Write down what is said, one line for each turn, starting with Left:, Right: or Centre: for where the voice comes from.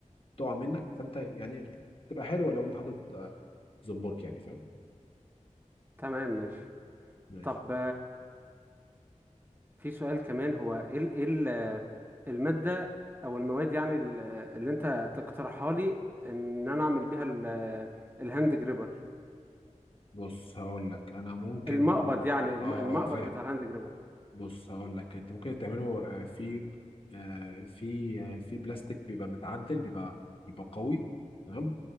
Left: تقع منك فانت يعني تبقى حلوه لو انت حاطط آه، زنبرك يعني فاهم
Right: تمام ماشي
Left: ماشي
Right: طب في سؤال كمان هو ايه ال- ايه ال- المادة او المواد يعني ال- اللي انت تقترحها لي ان انا اعمل بيها ال- الهاند جريبر
Left: بص هقول لك انا ممكن
Right: المقبض
Left: اه
Right: يعني الم-
Left: اه
Right: المقبض
Left: آه، فاهم
Right: بتاع الهاند جريبر
Left: بص هقول لك انت ممكن تعمله آه، في آه، في آه، في بلاستيك بيبقى متعدل بيبقى بيبقى قوي تمام